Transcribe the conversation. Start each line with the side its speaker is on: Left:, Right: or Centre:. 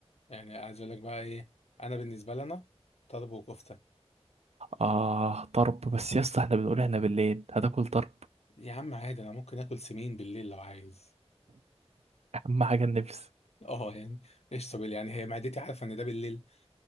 Left: يعني عايز اقول لك بقى ايه انا بالنسبه لنا طرب وكفته
Right: اه طرب بس يا اسطى احنا بنقول احنا بالليل هتاكل طرب
Left: يا عم عادي انا ممكن اكل سمين بالليل لو عايز
Right: اهم حاجه النفس
Left: اه يعني ايش طب يعني هي معدتي عارفه ان ده بالليل